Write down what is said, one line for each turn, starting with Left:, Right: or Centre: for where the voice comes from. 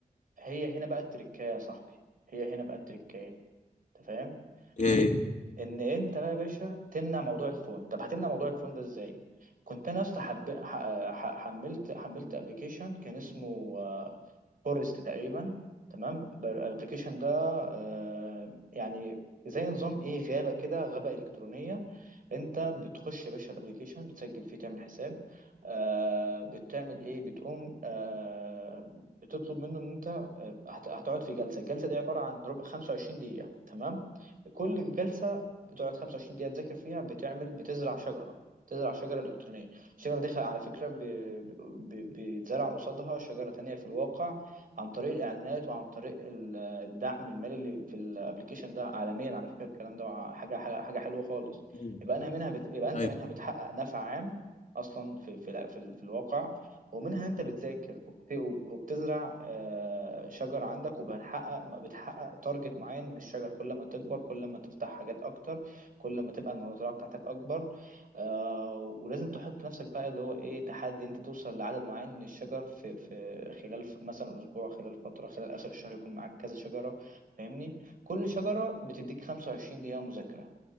Right: هي هنا بقى التركاية يا صاحبي هي هنا بقى التركاية انت فاهم
Left: اي
Right: ان ان انت بقى يا باشا تمنع موضوع الفون طب هتمنع موضوع الفون ده ازاي كنت انا اصلا حب... ح... ح... حملت حملت ابلكيشن كان اسمه آه، فورست تقريبا تمام الابلكيشن ده آه، يعني زي نظام ايه غابه كده غابه الكترونيه انت بتخش يا باشا الابلكيشن بتسجل فيه تعمل حساب آه بتعمل ايه بتقوم آه بتطلب منه ان انت آه، هت- هتقعد في جلسه الجلسه دي عباره عن ربع 25 دقيقه تمام كل جلسه بتقعد 25 دقيقه تذاكر فيها بتعمل بتزرع شجره تزرع شجره الكترونيه الشجره دي خ- على فكره ب- ب- ب- بيتزرع قصادها شجره تانية في الواقع عن طريق الاعلانات وعن طريق ال- الدعم المالي اللي في الابلكيشن ده عالميا على فكره الكلام ده ع- حاجه حاجه حاجة حلوه خالص
Left: ايوه
Right: يبقى انا منها بت... يبقى انت
Left: ايوه
Right: منها بتحقق نفع عام اصلا في في ال- في, ال- في الواقع ومنها انت بتذاكر وبت... وبتزرع آه، شجر عندك وبتحقق بتحقق تارجت معين من الشجر كل ما تكبر كل ما تفتح حاجات اكتر كل ما تبقى المزرعه بتاعتك اكبر آه ولازم تحط نفسك بقى اللي هو ايه تحدي انت توصل لعدد معين من الشجر في في خلال ف- مثلا اسبوع خلال فتره خلال اخر الشهر يكون معاك كذا شجره فاهمني كل شجره بتديك 25 دقيقه مذاكره